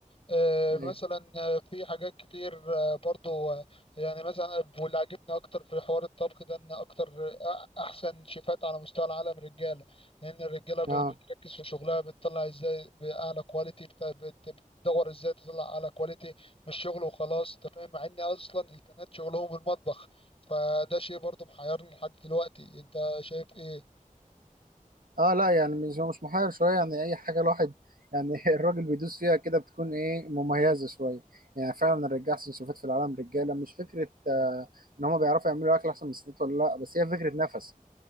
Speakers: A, on the left; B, on the right.
A: آه،
B: ايوه
A: مثلا آه، في حاجات كتير آه، برضو آه، يعني مثلا واللي عجبني اكتر في حوار الطبخ ده ان اكتر آه، احسن شيفات على مستوى العالم رجاله لان الرجاله بت-
B: اه
A: بتركز في شغلها بتطلع ازاي باعلى كواليتي بت- بت- بتدور ازاي تطلع اعلى كواليتي من الشغل وخلاص انت فاهم مع ان اصلا البنات شغلهم المطبخ فده شيء برضو محيرني لحد دلوقتي انت شايف ايه
B: اه لا يعني مش هو مش محير شويه يعني اي حاجه الواحد يعني <laughs> الراجل بيدوس فيها كده بتكون ايه مميزه شويه يعني فعلا الرجاله احسن شوفات في العالم رجاله مش فكره آه ان هم بيعرفوا يعملوا اكل احسن من الستات ولا لا بس هي فكره نفس